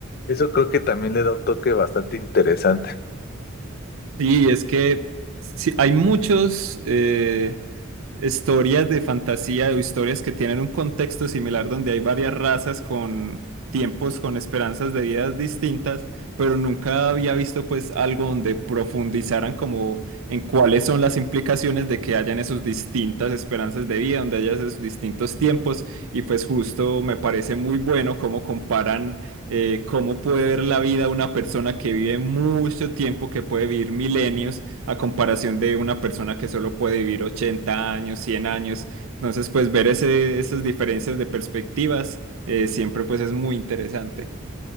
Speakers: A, on the left (about 50°); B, on the right (about 80°).
A: eso creo que también le da un toque bastante interesante.
B: Sí, es que sí, hay muchos eh, historias de fantasía o historias que tienen un contexto similar donde hay varias razas con tiempos, con esperanzas de vidas distintas, pero nunca había visto pues algo donde profundizaran como en cuáles son las implicaciones de que hayan esas distintas esperanzas de vida, donde haya esos distintos tiempos y pues justo me parece muy bueno cómo comparan eh, cómo puede ver la vida una persona que vive mucho tiempo, que puede vivir milenios a comparación de una persona que solo puede vivir 80 años, 100 años. Entonces, pues ver ese- esas diferencias de perspectivas eh, siempre pues es muy interesante.